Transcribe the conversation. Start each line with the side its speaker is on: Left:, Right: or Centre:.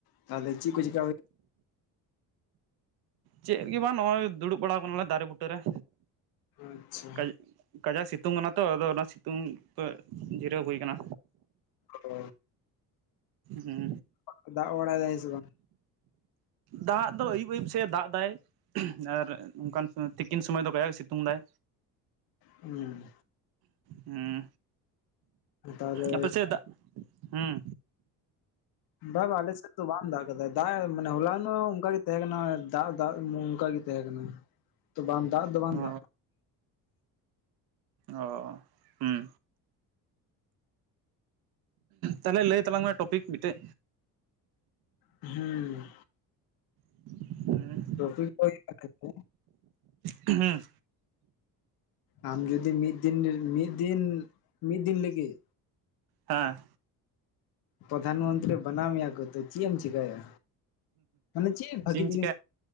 Left: ᱛᱟᱦᱚᱞᱮ ᱪᱤᱫ ᱠᱩ ᱪᱮᱠᱟ
Right: ᱪᱮᱫ ᱜᱮ ᱵᱟᱝ ᱱᱚᱜᱼᱚᱭ ᱫᱩᱲᱩᱵ ᱵᱟᱲᱟ ᱠᱟᱱᱟᱞᱮ ᱫᱟᱨᱮ ᱵᱩᱴᱟᱹᱨᱮ ᱨᱮ
Left: ᱟᱪᱪᱷᱟ
Right: ᱠᱟᱡ ᱠᱟᱡᱟᱠ ᱥᱤᱛᱩᱝ ᱠᱟᱱᱟ ᱛᱚ ᱟᱫᱚ ᱚᱱᱟ ᱥᱤᱛᱩᱝ ᱛᱮ ᱡᱤᱨᱟᱹᱣ ᱦᱩᱭ ᱠᱟᱱᱟ
Left: ᱚ
Right: ᱦᱮᱸ
Left: ᱟ ᱫᱟᱜ ᱵᱟᱲᱟᱭ ᱫᱟᱭ ᱥᱮ ᱵᱟᱝ
Right: ᱫᱟᱜ ᱫᱚ ᱟᱹᱭᱩᱵ ᱟᱹᱭᱩᱵ ᱥᱮ ᱫᱟᱜ ᱮᱫᱟᱭ ᱟᱨ ᱚᱱᱠᱟᱱ ᱛᱤᱠᱤᱱ ᱥᱚᱢᱚᱭ ᱫᱚ ᱠᱟᱡᱟᱠ ᱥᱤᱛᱩᱝ ᱫᱟᱭ
Left: ᱦᱩᱸ
Right: ᱦᱮᱸ
Left: ᱛᱟᱦᱚᱞᱮ
Right: ᱟᱯᱮ ᱪᱮᱫᱟᱜ ᱦᱮᱸ
Left: ᱵᱟᱝ ᱵᱟᱝ ᱟᱞᱮᱥᱮᱫ ᱫᱚ ᱵᱟᱢ ᱫᱟᱜ ᱟᱠᱟᱫᱟ ᱫᱟᱜ ᱢᱟᱱᱮ ᱦᱚᱞᱟᱱ ᱫᱚ ᱚᱱᱠᱟᱜ ᱜᱮ ᱛᱟᱦᱮᱸ ᱠᱟᱱᱟ ᱫᱟᱜ ᱫᱟᱜ ᱚᱱᱠᱟᱜᱮ ᱛᱟᱦᱮᱸ ᱠᱟᱱᱟ ᱵᱟᱝ ᱫᱟᱜ ᱫᱚ ᱵᱟᱝ
Right: ᱚ
Left: ᱫᱟᱜ
Right: ᱚ ᱦᱩᱸ ᱛᱟᱦᱚᱞᱮ ᱞᱟᱹᱭ ᱛᱟᱞᱟᱝ ᱢᱮ ᱴᱚᱯᱤᱠ ᱢᱤᱫᱴᱮᱡ
Left: ᱦᱮᱸ
Right: ᱦᱩᱸ
Left: <unintelligible>
Right: ᱦᱩᱸ
Left: ᱟᱢ ᱡᱩᱫᱤ ᱢᱤᱫ ᱫᱤᱱ ᱢᱤᱫ ᱫᱤᱱ ᱢᱤᱫ ᱫᱤᱱ ᱞᱤᱜᱤᱜ
Right: ᱦᱮᱸ
Left: ᱯᱚᱫᱷᱟᱱ ᱢᱚᱱᱛᱨᱤ ᱵᱟᱱᱟᱣ ᱢᱮᱭᱟ ᱠᱚ ᱛᱚ ᱪᱤᱜ ᱮᱢ ᱪᱮᱠᱟᱭᱟ? ᱢᱟᱱᱮ ᱪᱮᱜ ᱵᱷᱟᱜᱤ
Right: ᱪᱮᱫ ᱤᱧ
Left: ᱡᱤᱱᱤᱥ